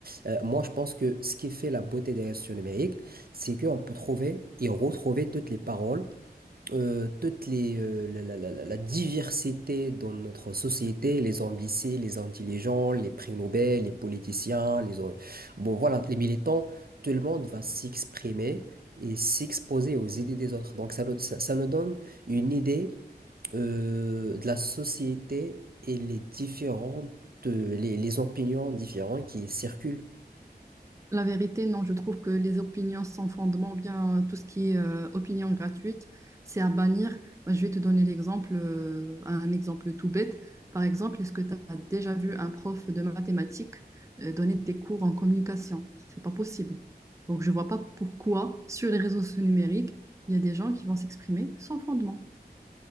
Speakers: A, on the right; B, on the right.
A: Euh, moi, je pense que ce qui fait la beauté des réseaux sociaux numériques, c'est qu'on peut trouver et retrouver toutes les paroles euh, toutes les, euh, la, la- la- la- la diversité dans notre société, les ambitieux, les intelligents, les prix Nobel, les politiciens, les, or- bon, voilà, les militants, tout le monde va s'exprimer et s'exposer aux idées des autres. Donc ça, nous- ça, ça nous donne une idée euh, de la société et les différentes, euh, les, les opinions différentes qui circulent.
B: La vérité, non, je trouve que les opinions sans fondement, bien euh, tout ce qui est euh, opinion gratuite, c'est à bannir. Moi, je vais te donner l'exemple, euh, un exemple tout bête. Par exemple, est-ce que tu as déjà vu un prof de mathématiques euh, donner des cours en communication? C'est pas possible. Donc, je vois pas pourquoi sur les réseaux sociaux numériques, il y a des gens qui vont s'exprimer sans fondement.